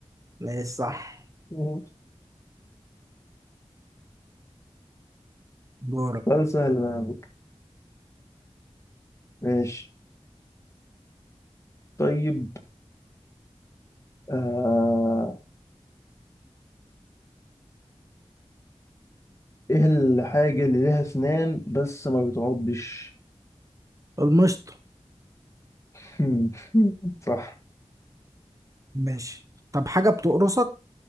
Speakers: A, on the right (about 30°); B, on the left (about 25°).
A: ماشي صح
B: <laughs> مم.
A: دورك
B: سؤال سهل بقى. على فكرة. ماشي طيب آه ايه الحاجة اللي ليها اسنان بس ما بتعضش
A: المشط
B: <laughs> صح
A: ماشي طب حاجة بتقرصك